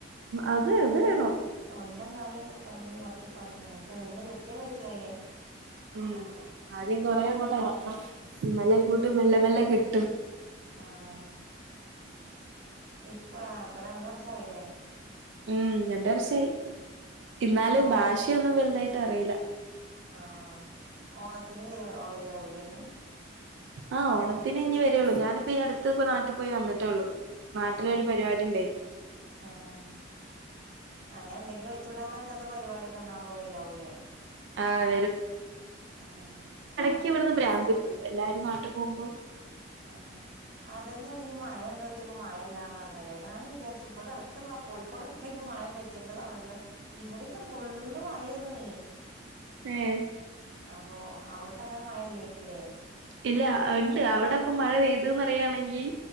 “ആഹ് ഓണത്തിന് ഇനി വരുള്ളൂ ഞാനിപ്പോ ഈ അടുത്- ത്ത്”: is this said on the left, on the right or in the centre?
Right